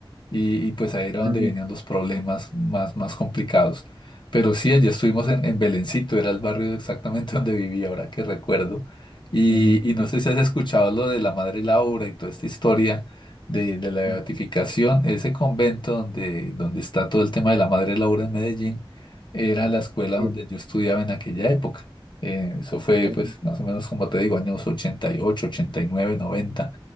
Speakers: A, on the left; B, on the right.
A: y, y pues ahí era donde
B: mm,
A: venían los problemas más, más complicados. Pero sí, allí estuvimos en, en Belencito, era el barrio exactamente <laughs> donde vivía, ahora que recuerdo. Y,
B: mm,
A: y no sé si has escuchado lo de la Madre Laura y toda esta historia de, de la beatificación.
B: mm.
A: Ese convento donde, donde está todo el tema de la Madre Laura en Medellín era la escuela
B: Sí,
A: donde yo estudiaba en aquella época. Eh, eso fue,
B: ¿no?
A: pues, más o menos como te digo, años ochenta ochenta y ocho ochenta y nueve noventa